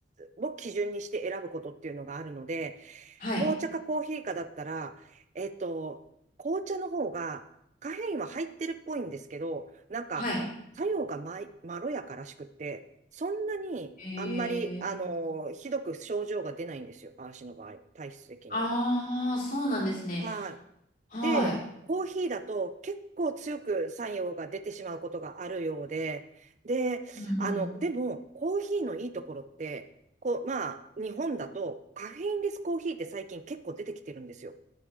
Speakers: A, on the right (about 40°); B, on the left (about 45°).
A: を基準にして選ぶことっていうのがあるので、
B: はい。
A: 紅茶かコーヒーかだったら、えっと、紅茶の方がカフェインは入ってるっぽいんですけど、なんか作用がまい、
B: はい。
A: まろやからしくって、そんなにあんまり、
B: え
A: あの、
B: ー。
A: ひどく症状が出ないんですよ、私の場合、体質的に。
B: ああ、そうなんですね。
A: はい。
B: はい。
A: で、コーヒーだと結構強く作用が出てしまうことがあるようで、で、
B: うんうん。
A: あの、でも、コーヒーのいいところって、こう、まあ、日本だとカフェインレスコーヒーって最近結構出てきてるんですよ。